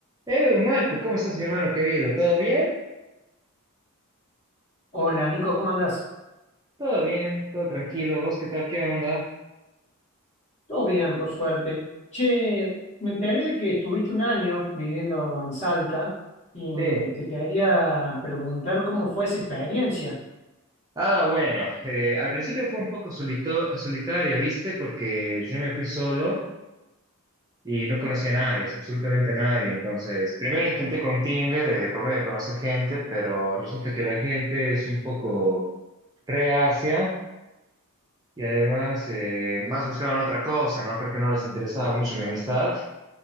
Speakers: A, on the right; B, on the left.
A: Eh, Marco, ¿cómo estás, mi hermano querido? ¿Todo bien?
B: Hola Nico, ¿cómo andás?
A: Todo bien, todo tranquilo. ¿Vos qué tal? ¿Qué onda?
B: Todo bien, por suerte. Che, me enteré de que estuviste un año viviendo en Salta y
A: Sí.
B: te quería preguntar cómo fue esa experiencia.
A: Ah, bueno, eh, al principio fue un poco solito- solitaria, ¿viste? Porque yo me fui solo y no conocía a nadie, absolutamente a nadie. Entonces, primero intenté con Tinder, eh, por medio de conocer gente, pero resulta que la gente es un poco reacia y además eh, más buscaban otra cosa, ¿no? Creo que no les interesaba mucho mi amistad.